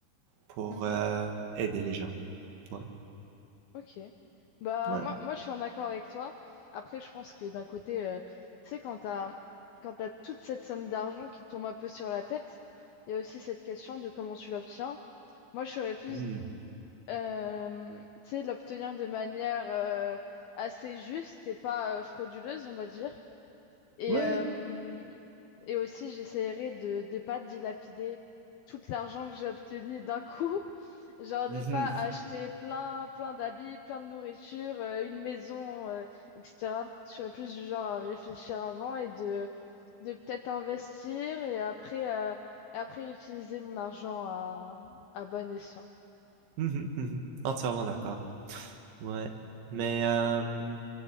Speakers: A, on the right (about 75°); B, on the left (about 80°).
A: pour
B: Mhm.
A: euh, aider les gens. Ouais,
B: Ok. Bah,
A: ouais,
B: moi, moi, je suis en accord avec toi. Après, je pense que d'un côté, euh, tu sais, quand t'as, quand t'as toute cette somme d'argent qui te tombe un peu sur la tête, il y a aussi cette question de comment tu l'obtiens. Moi, je serais plus
A: Hmm.
B: euh, tu sais, l'obtenir de manière euh, assez juste et pas euh, frauduleuse, on va dire. Et,
A: ouais,
B: euh, et aussi, j'essaierai de ne pas dilapider tout l'argent que j'ai obtenu d'un coup. <laughs> Genre
A: Mhm.
B: de pas acheter plein, plein d'habits, plein de nourriture, euh, une maison, euh, etc. Je serais plus du genre à réfléchir avant et de, de peut-être investir et après, euh, et après utiliser mon argent à, à bon escient.
A: Mhm. Mhm. Entièrement d'accord. Ouais, mais euh,